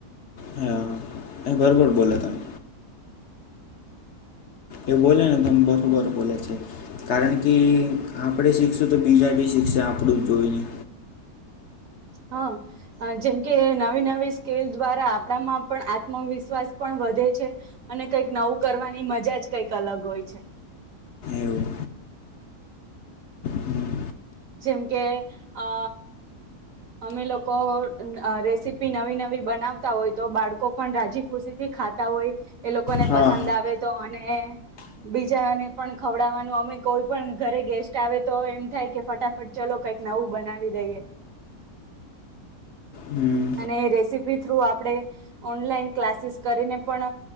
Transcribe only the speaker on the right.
હા.
હ, જેમ કે નવી નવી સ્કેલ દ્વારા આપણામાં પણ આત્મવિશ્વાસ પણ વધે છે, અને કઈક નવું કરવાની મજા જ કઈક અલગ હોય છે.
જેમ કે અ અમે લોકો રેસીપી નવી નવી બનાવતા હોય તો બાળકો પણ રાજી ખુશી થી ખાતા હોય, એ લોકોને
પસંદ આવે તો અને બીજાને પણ ખવડાવવાનું અમે કોઈ પણ ઘરે ગેસ્ટ આવે તો એમ થાય કે ફટાફટ ચલો કંઈક નવું બનાવી દઈએ.
અને રેસીપી થ્રુ આપ આપણે, ઓનલાઈન ક્લાસીસ કરીને પણ